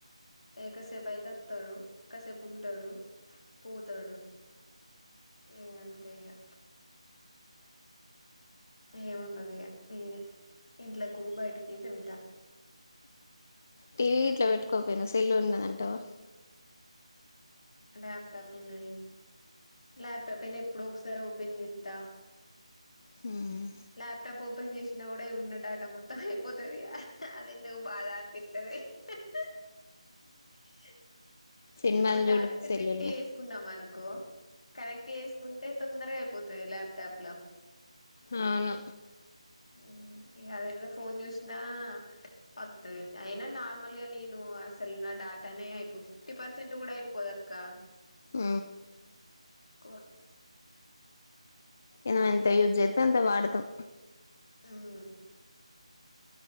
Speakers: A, on the left (about 70°); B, on the left (about 25°).
A: ఏ కసేపాయితే ఓతడు కాసేపు ఉంటాడు పోతాడు ఏ అంతే ఇగా ఏముండదు ఇగా నేనే ఇంట్లకు బయటికి తిరుగుతా
B: టీవీ గిట్లా పెట్టుకోపోయిను సెల్లు ఉన్నదంటావా
A: ల్యాప్టాప్ ఉన్నాయి ల్యాప్టాప్ అయినా ఎప్పుడు ఒకసారి ఓపెన్ చేస్తా
B: హ్మ్మ్
A: ల్యాప్టాప్ ఓపెన్ చేసినా కూడా ఉన్న డాటా మొత్తం అయిపోతది ఇగ అద ఎందుకు బాధ అనిపితది <unintelligible> <unintelligible>
B: సినిమాలు
A: ఇప్పుడు
B: చూడు
A: డేటా కనెక్ట్
B: సెల్లుల్నే
A: చేసుకున్నాంనుకో కనెక్ట్ చేసుకుంటే తొందరగా పోతది లాప్టాప్ లో
B: అవును
A: హ్మ్ అదేదో ఫోన్ చూసినా వస్తుది అయినా నార్మల్గా నేను అసలు నా డాటానే అయిపో ఫిఫ్టీ పర్సెంట్ కూడా అయిపోద అక్క
B: ఉ
A: కూవ
B: ఏన ఎంత యూజ్ చేస్తే అంత వాడతాం
A: ఆమ్మ్మ్